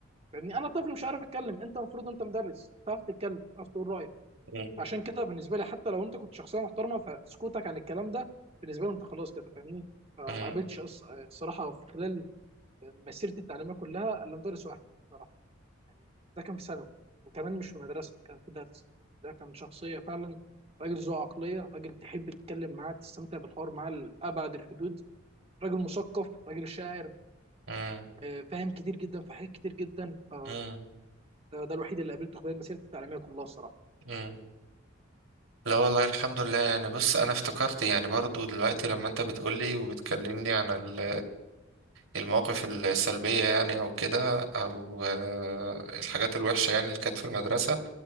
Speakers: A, on the right; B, on the right.
A: فاهمني انا طفل مش عارف اتكلم انت المفروض انت مدرس تعرف تتكلم تعرف تقول رايك
B: مم.
A: عشان كده بالنسبه لي حتى لو انت كنت شخصيه محترمه فسكوتك عن الكلام ده بالنسبه لي انت خلاص كده فاهمني فما
B: مم.
A: قابلتش أص- صراحه في خلال مسيرتي التعليميه كلها الا مدرس واحد صراحه يعني ده كان في ثانوي وكمان مش في مدرسه كان في درس ده كان شخصيه فعلا راجل ذو عقليه راجل تحب تتكلم معاه تستمتع بالحوار معاه لابعد الحدود راجل مثقف راجل شاعر
B: مم.
A: آه، فاهم كتير جدا في حاجات كتير جدا ف
B: مم.
A: ده, ده الوحيد اللي قابلته خلال مسيرتي التعليميه كلها الصراحه
B: مم. لا والله الحمد لله يعني بص انا افتكرت يعني برضو دلوقتي لما انت بتقولي وبتكلمني عن ال المواقف السلبية يعني أو كده أو آه، الحاجات الوحشة يعني اللي كانت في المدرسة